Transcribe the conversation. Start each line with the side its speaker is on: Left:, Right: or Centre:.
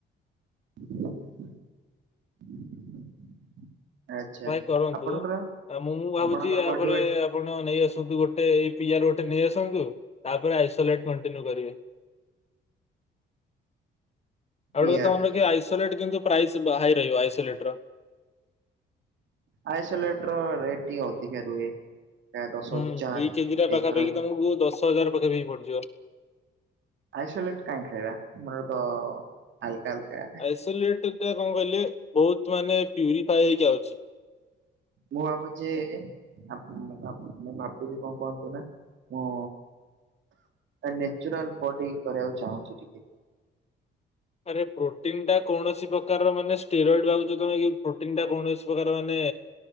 Right: <inaudible>
Left: ଟଏ କରନ୍ତୁ
Right: ଆପଣଙ୍କର
Left: ଆ ମୁଁ ମୁଁ ଭାବୁଛି
Right: ଆପଣଙ୍କର
Left: ଏହାପରେ
Right: ବଡି ୱେଟ
Left: ଆପଣ ନେଇ ଆସନ୍ତୁ ଗୋଟେ ଏଇ ପିଆର ଗୋଟେ ନେଇ ଆସନ୍ତୁ ତାପରେ ଆଇସୋଲେଟ କଂଟିନୁୱେ କରିବେ। ଆଉ
Right: ପିଆର
Left: ଗଟେ କେ ମନେ ରଖେ ଆଇସୋଲେଟ୍ କିନ୍ତୁ ପ୍ରାଇସ ହାଇ ରହିବ ଆଇସୋଲେଟ ର।
Right: ଆଇସୋଲେଟର ରେଟ୍ ଟିକେ ଅଧିକା ରୁହେ। ଦଶ
Left: ହୁଁ
Right: ହଜାର
Left: ଦୁଇ କେଜି ଟା ପାଖାପାଖି
Right: ଏକର
Left: ତମକୁ ଦଶ ହଜାର ପାଖାପାଖି ପଡିଯିବ।
Right: ଆଇସୋଲେଟ କାଇହିଁ ଖାଇବା ଆମର ତ ହଲକା ହଲକା
Left: ଆଇସୋଲେଟ କଣ କହିଲେ ବହୁତ୍ ମାନେ ପିୟୁରୀଫାଇ ହେଇକି ଆଉଚି।
Right: ମୁଁ ଭାବୁଛି ମୁଁ ଭାବୁଛି କଣ କୁହନ୍ତୁ ନା ମୁଁ ନନ୍ୟାଚୁରାଲ ବଡି କରିବାକୁ ଚାହୁଁଛି ଟିକେ।
Left: ଆରେ ପ୍ରୋଟିନ ଟା କୌଣସି ପ୍ରକାର ମାନେ ଷ୍ଟେୟର ଏଡ୍ ଭାବୁଛ ତମେ କି ପ୍ରୋଟିନ ଟା କୌଣସି ପ୍ରକାର ମାନେ